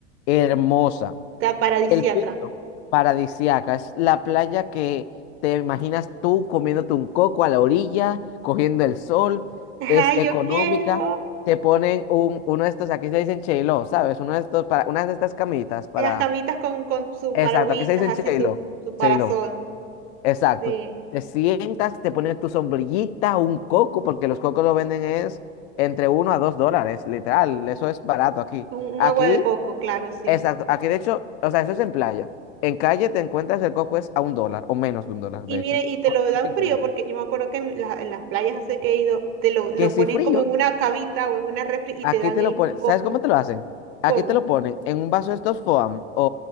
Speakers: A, on the left; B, on the right.
A: hermosa,
B: Está paradisiaca.
A: el piso paradisiaca, es la playa que te imaginas tú comiéndote un coco a la orilla, cogiendo el sol,
B: ajá
A: es económica,
B: yo quiero
A: te ponen un, uno de estos, aquí se dicen cheiló, ¿sabes? Uno de estos, para, una de estas camitas para,
B: las camitas con, con sus
A: exacto,
B: paragüitas,
A: aquí se dicen
B: así
A: cheiló,
B: su, su parasol.
A: cheiló. Exacto.
B: Sí,
A: Te sientas, te pones tu sombrillita, un coco, porque los cocos lo venden es entre uno a 2 dólares, literal. Eso es barato aquí.
B: un, un
A: Aquí,
B: agua de coco, claro, sí.
A: exacto. Aquí, de hecho, o sea, eso es en playa. En calle te encuentras el coco es a un dólar o menos de un dólar,
B: Y
A: de
B: mire,
A: hecho.
B: y te
A: ¿Cuánto?
B: lo dan
A: 50.
B: frío, porque yo me acuerdo que en, la- en las playas hace que he ido, te lo, lo
A: Que si
B: ponen
A: frío.
B: como en una cavita o en una refri y
A: Aquí
B: te dan
A: te
B: el
A: lo ponen,
B: coco.
A: ¿sabes cómo te lo hacen? Aquí
B: ¿Cómo?
A: te lo ponen en un vaso de estos foam o,